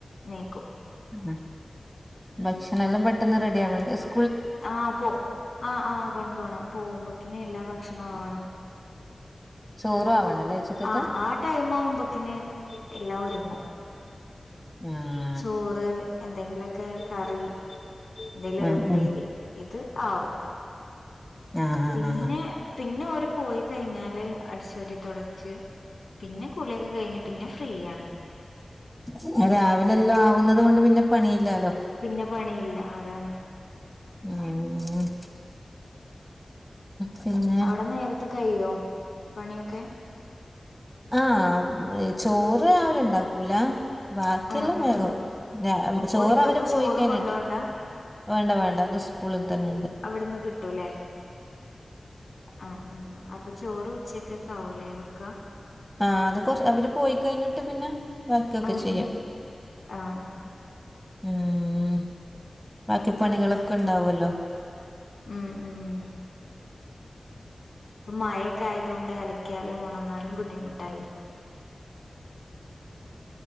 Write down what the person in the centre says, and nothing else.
ഉം ഭക്ഷണ എല്ലാം പെട്ടെന്ന് റെഡി ആവണ്ടെ സ്
ചോറും ആവണം അല്ലേ ഉച്ചക്കത്തെ
ആഹ്
ഉം
ഉം
ആഹ് ആഹ്
ആഹ്
പിന്നെ രാവിലെ എല്ലാം ആവുന്നതുകൊണ്ട് പിന്നെ പണിയില്ലാലോ.
ഉം. പിന്നെ <unintelligible>
ആഹ് ചോറ് രാവിലെ ഇണ്ടാക്കൂല ബാക്കിയെല്ലാം
വേഗം ചോറ്
അവര് പോയി
കഴിഞ്ഞിട്ട്.
വേണ്ട വേണ്ട അത് സ്കൂളിൽ തന്നെയിണ്ട്.
ആഹ് അത് കൊറ അവര് പോയി കഴിഞ്ഞിട്ട് പിന്നെ ബാക്കിയൊക്കെ
ചെയ്യാം.
ഉം ബാക്കി പണികളൊക്കെ ഇണ്ടാവൊല്ലോ.